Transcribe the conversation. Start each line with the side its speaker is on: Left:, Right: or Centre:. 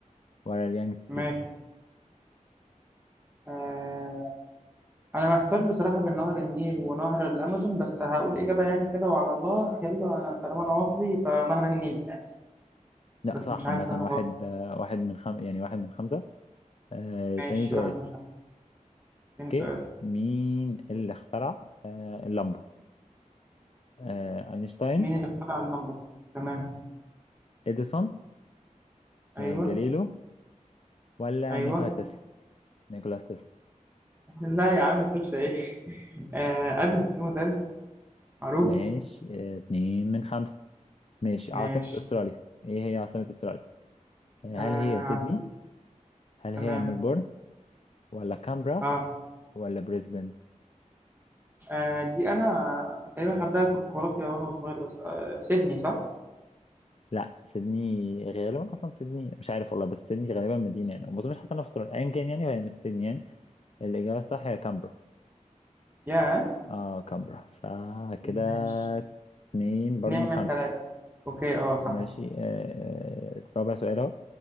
Left: ولا اليانجستي
Right: ماشي آه انا محتار بصراحه بين نهر النيل ونهر الامازون بس هقول اجابه يعني كده وعلى الله يلا انا طالما انا مصري فنهر النيل يعني
Left: لا
Right: بس
Left: صح
Right: مش عارف
Left: عامة
Right: سهل
Left: واحد
Right: خالص
Left: آه، واحد من خم... يعني واحد من خمسة أه
Right: ماشي
Left: تاني سؤال
Right: واحد من خمسة تاني
Left: اوكي
Right: سؤال
Left: مين اللي اخترع أه اللمبة أه اينشتاين
Right: مين اللي اخترع اللمبه تمام
Left: اديسون
Right: ايوه
Left: آه، جاليلو ولا
Right: ايوه
Left: نيكولا تسلا نيكولاس تسلا
Right: <laughs> لا يا عم تسلا ايه <laughs> آه، اديسون توماس اديسون معروفه
Left: ماشي آه، اتنين من خمسة ماشي
Right: ماشي
Left: عاصمة أستراليا ايه هي عاصمة أستراليا آه،
Right: آه
Left: هل هي سيدني
Right: عاصمة
Left: هل هي
Right: تمام
Left: ملبورن ولا كامبرا
Right: اه
Left: ولا بريسبن
Right: آه، دي انا تقريبا خدتها في الجغرافيا وانا صغير بس آه سيدني صح
Left: لا سيدني غالبا اصلا سيدني مش عارف والله بس سيدني غالبا مدينه يعني وما اظنش حتى انا في استراليا ايا كان يعني فهي مش سيدني يعني الاجابه الصح هي كامبرا
Right: يا
Left: اه كامبرا فكده
Right: ماشي
Left: اتنين برضو
Right: اتنين
Left: من
Right: من
Left: خمسه
Right: تلاتة اوكي اه صح
Left: ماشي آه، آه، رابع سؤال اهو